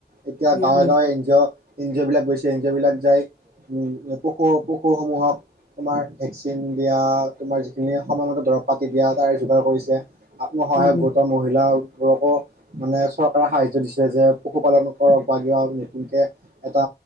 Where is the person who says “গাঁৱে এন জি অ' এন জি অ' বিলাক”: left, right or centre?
Right